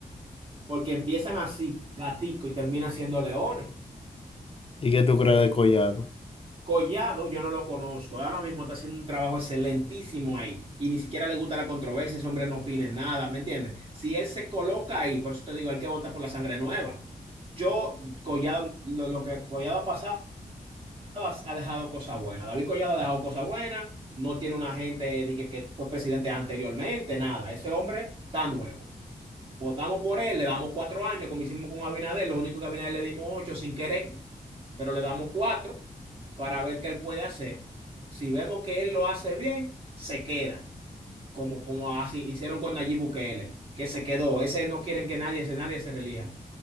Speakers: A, on the right; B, on the left.
A: porque empiezan así, gatico, y terminan siendo leones.
B: ¿Y qué tú crees de Collado?
A: Collado, yo no lo conozco. Ahora mismo está haciendo un trabajo excelentísimo ahí. Y ni siquiera le gusta la controversia, ese hombre no opine nada, ¿me entiendes? Si él se coloca ahí, por eso te digo, hay que votar por la sangre nueva. Yo, Collado, lo, lo que Collado ha pasado ha ha dejado cosas buenas. David Collado ha dejado cosas buenas, no tiene una gente de que, que fue presidente anteriormente, nada. Ese hombre está nuevo. Votamos por él, le damos cuatro años, como hicimos con Abinader, lo único que a Abinader le dimos ocho sin querer pero le damos cuatro para ver qué él puede hacer. Si vemos que él lo hace bien, se queda, como, como así hicieron con Nayib Bukele, que se quedó. Ese no quieren que nadie, ese nadie se relija.